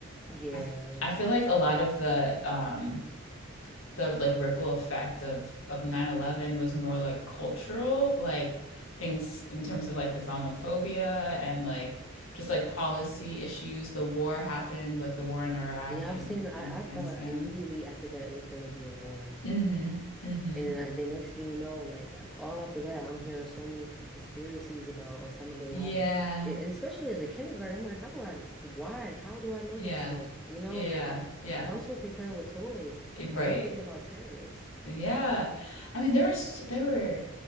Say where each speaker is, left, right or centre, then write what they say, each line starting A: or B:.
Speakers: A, in the centre; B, on the left (about 80°).
A: yeah,
B: I f I feel like a lot of the um the like ripple effect of of nine eleven was more like cultural, like things in terms of like Islamophobia and like just like policy issues. The war happened, like the war in Iraq
A: yeah.
B: and
A: I was thinking, I,
B: and Afghanistan.
A: I thought immediately after that it was gonna be a war.
B: Mm-hmm. Mm-hmm.
A: And then I, the next thing you know, like all after that, I'm hearing so many conspiracies about Osama bin
B: Yeah.
A: Laden. A- And especially as a kindergarten, I'm like, how do I, why, how do I know
B: Yeah.
A: this stuff? You know,
B: Yeah.
A: like I,
B: Yeah.
A: you know, I'm supposed to be playing with toys
B: Right.
A: and I'm thinking about terrorists,
B: Yeah. I mean, there was there were